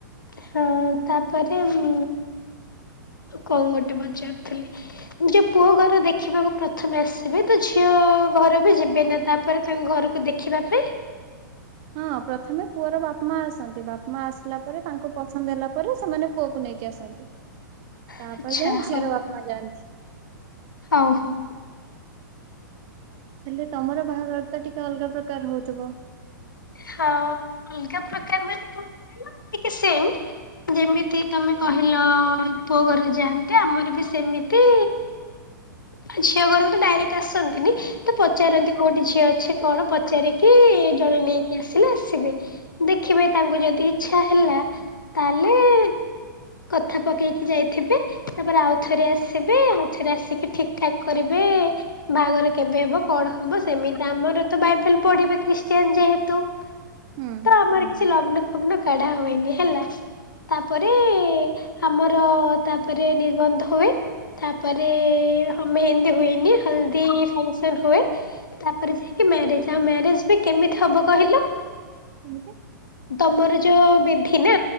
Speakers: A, on the left; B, on the right.
A: ହଁ ତାପରେ ଉ କଣ ଗୋଟେ ପଚାରୁଥିଲି। ନିଜ ପୁଅ ଘର ଦେଖିବାକୁ ପ୍ରଥମେ ଆସିବେ ତ ଝିଅ ଘର ବି ଯିବେ ନା ତାପରେ ତାଙ୍କ ଘରକୁ ଦେଖ ଖିବା ପାଇଁ।
B: ହଁ ପ୍ରଥମେ ପୁଅର ବାପ ମା ଆସନ୍ତି ବାପ ମା ଆସିଲା ପରେ ତାଙ୍କୁ ପସନ୍ଦ ହେଲା ପରେ ସେମାନେ ପୁଅକୁ ନେଇକି ଆସନ୍ତି ତାପରେ
A: ଆଚ୍ଛା
B: ଯାଇ
A: ହଉ
B: ଝିଅର ବାପା ମା ଯାଆନ୍ତି।
A: ହଉ ହଉ।
B: ହେଲେ ତମର ବାହାଘରଟା ଟିକେ ଅଲଗା ପ୍ରକାର ହଉଥିବ।
A: ହଁ ଅଲଗା ପ୍ରକାର ମାନେ କଣ କହିଲ ଟିକେ ସେମ୍ ଯେମିତି ତମେ କହିଲ ପୁଅ ଘରେ ଯାଆନ୍ତି ଆମର ବି ସେମିତି ଆଉ ଝିଅ ଘରକୁ ତ ଡାଇରେକ୍ଟ ଆସନ୍ତିନି ତ ପଚାରନ୍ତି କୋଉଠି ଝିଅ ଅଛି କଣ ପଚାରିକି ଏ ଜଣେ ନେଇକି ଆସିଲେ ଆସିବେ ଦେଖିବେ ତାଙ୍କୁ ଯଦି ଇଚ୍ଛା ହେଲା ତାହେଲେ କଥା ପକେଇକି ଯାଇଥିବେ ତାପରେ ଆଉଥରେ ଆସିବେ ଆଉଥରେ ଆସିକି ଠିକ୍ ଠାକ୍ କରିବେ ବାହାଘର କେବେ ହବ କଣ ହବ ସେମିତି ଆମର ତ ବାଇବେଲ ପଢିବେ ଖ୍ରୀଷ୍ଟିଆନ ଯେହେତୁ
B: ହୁଁ
A: ତ ଆମର କିଛି ଲଗ୍ନ ଫଗ୍ନ କାଢା ହୁଏନି ହେଲା ତାପରେ ଏ ଆମର ତାପରେ ନିର୍ବନ୍ଧ ହୁଏ ତାପରେ ହ ମେହେନ୍ଦୀ ହୁଏନି ହଲଦୀ ଫଙ୍କସନ ହୁଏ ତାପରେ ଯାଇକି ମ୍ୟାରେଜ ଆଉ ମ୍ୟାରେଜ ବି କେମିତି ହବ କହିଲ?
B: କେମିତି?
A: ତମର ଯୋଉ ବିଧି ନା